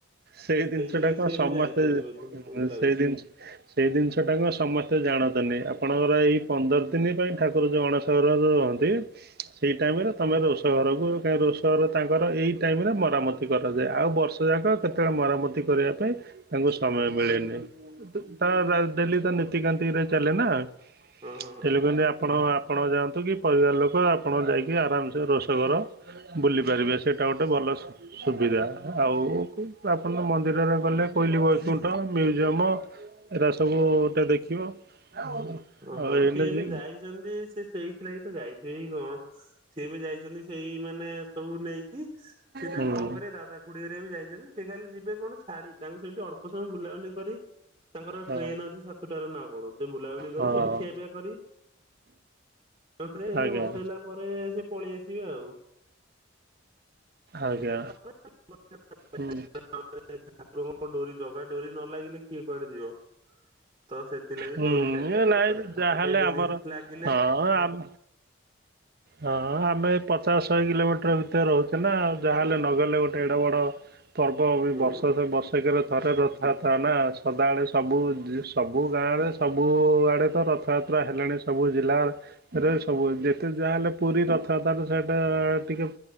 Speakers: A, on the right; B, on the right.
A: ସେଇ ଜିନିଷ
B: ସେଇଥିଲାଗି
A: ଟା କଣ
B: ସିଏ ଏବେ
A: ସମସ୍ତେ
B: ଯାଇଛନ୍ତି ବୋଧେ ମତେ
A: ହଁ
B: ଲାଗୁଛି।
A: ସେଇ ଦିନିସ ସେଇ ଜିନିଷଟା କୁ ସମସ୍ତେ ଜାଣନ୍ତେନି ଆପଣଙ୍କର ଏଇ ପନ୍ଦର ଦିନ ପାଇଁ ଠାକୁର ଯୋଉ ଅଣ <unintelligible> ରୁହନ୍ତି, ସେଇ
B: ହୁଁ
A: ଟାଇମରେ
B: ହୁଁ।
A: ତମେ ରୋଷ ଘରକୁ କାହିଁ ରୋଷଘର ତାଙ୍କର ଏଇ ଟାଇମ ରେ ମରାମତି କରାଯାଏ। ଆଉ ବର୍ଷ ଯାକ କେତେବେଳେ ମରାମତି କରିବା ପାଇଁ ତାଙ୍କୁ ସମୟ ମିଳେନି। ତା ଡେଲି ତ ନୀତିକାନ୍ତିରେ ଚାଲେ ନା। <unintelligible>
B: ହଁ ହଁ ହଁ।
A: ଆପଣ ଆପଣ ଯାଆନ୍ତୁ କି ପରିବାର ଲୋକ ଆପଣ ଯାଇକି ଆରାମ ସେ ରୋଷଘର ବୁଲି ପାରିବେ। ସେଇଟା ଗୋଟେ ଭଲ ସୁବିଧା। ଆଉ ଆପଣ ମନ୍ଦିରରେ ଗଲେ କୋଇଲି ବୈକୁଣ୍ଠ ମ୍ୟୁଜିୟମ, ଏରା ସବୁ ଟା ଦେଖିବ। <unintelligible>
B: ଓ ହଁ।
A: ଏଇନେ
B: ସେ ଏବେ
A: ଯେ
B: ଯାଇଛନ୍ତି ସେ ସେଇଥିଲାଗି ତ ଯାଇଥିବେ କି କଣ। ସିଏ ବି ଯାଇଛନ୍ତି ସେଇ ମାନେ ସବୁ ନେଇକି। ସିଏ
A: ହୁଁ
B: ତାଙ୍କୁ କଣ କରେ ଦାଦା ଖୁଡି ହେରିକା ବି ଯାଇଛନ୍ତି। ସେ ଖାଲି ଯିବେ କଣ ଛାଡି ତାଙ୍କୁ ସେଇଠି ଅଳ୍ପ ସମୟ ବୁଲାବୁଲି କରି ତାଙ୍କର
A: ହଁ
B: ଟ୍ରେନ ଅଛି ସାତଟାରେ ନା କଣ ସେ ବୁଲାବୁଲି ସେଠି
A: ହଁ
B: ଖିଆ ପିଆ କରି ତାଙ୍କୁ ଟ୍ରେନରେ
A: ଆଜ୍ଞା
B: ବସେଇଲା ପରେ ସେ ପଳେଇ ଆସିବେ ଆଉ।
A: ଆଜ୍ଞା
B: <unintelligible> ଠାକୁରଙ୍କ
A: ହୁଁ
B: ଡୋରି ଜଗା ଡୋରି ନ ଲାଗିଲେ କିଏ କୁଆଡେ ଯିବ। ତ ସେଥିଲାଗି
A: ହୁଁ
B: ଡୋରି ଲାଗିବା
A: ଏ
B: ଦରକାର।
A: ନାଇଁ ଯାହାହେଲେ
B: <unintelligible> କେହି ଡୋରି
A: ଆମର
B: ଲାଗିଲେ
A: ହଁ ଆମ ହଁ ଆମେ ପଚାଶ ଶହେ କିଲୋମିଟର ଭିତରେ ରହୁଚେ ନା। ଯାହାହେଲେ ନଗଲେ ଗୋଟେ ଏଡ଼ ବଡ଼ ପର୍ବ ବି
B: ହୁଁ
A: ବର୍ଷ
B: ହୁଁ
A: ସେ ବର୍ଷକରେ ଥରେ ରଥଯାତ୍ରା ନା ସଦାବେଳେ ସବୁ ସବୁ ଗାଁରେ ସବୁଆଡ଼େ ତ ରଥଯାତ୍ରା ହେଲାଣି ସବୁ ଜିଲ୍ଲାର ରେ ସବୁ <unintelligible> ଯେତେ ଯାହାହେଲେ ପୁରୀ ରଥଯାତ୍ରା ତ ସେଇଟା ଟିକେ